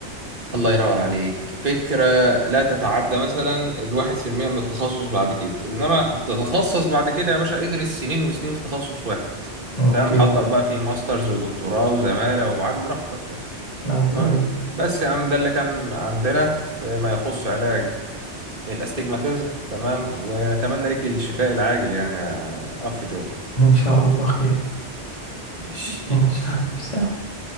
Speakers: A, on the right (about 50°); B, on the left (about 35°).
A: الله ينور عليك فكرة لا تتعدى مثلا الواحد في المية من التخصص بعد كده إنما تتخصص بعد كده يا باشا ادرس سنين وسنين في تخصص واحد
B: اوكي
A: تمام حضر بقى فيه ماسترز ودكتوراه وزمالة ومعاد براحتك يعني
B: ايوه
A: تمام
B: ايوه
A: بس يا عم ده اللي كان عندنا فيما يخص علاج الاستجماتيزم تمام ونتمنى لك الشفاء العاجل يعني يا أخ جو
B: ان شاء الله خير
A: ماشي
B: ماشي
A: بيس
B: يا حبيبي سلام